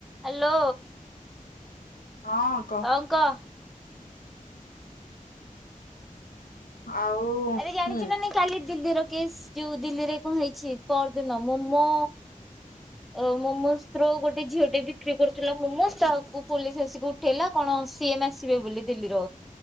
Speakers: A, in the centre; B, on the left (about 85°).
A: ହ୍ୟାଲୋ।
B: ହଁ।
A: ହଉ କହ।
B: ଆଉ
A: ଆରେ ଜାଣିଚୁ
B: ହୁଁ
A: ନା ନାଇଁ କାଲି ଦିଲ୍ଲୀର କେସ୍ ଯୋଉ ଦିଲ୍ଲୀରେ କଣ ହେଇଚି ପର ଦିନ ମୋମୋ ଅ ମୋମୋଜ ର ଗୋଟେ ଝିଅ ଟେ ବିକ୍ରି କରୁଥିଲା ମୋମୋଜ ତାକୁ ପୋଲିସ ଆସିକି ଉଠେଇଲା କଣ ସିଏମ୍ ଆସିବେ ବୋଲି ଦିଲ୍ଲୀର।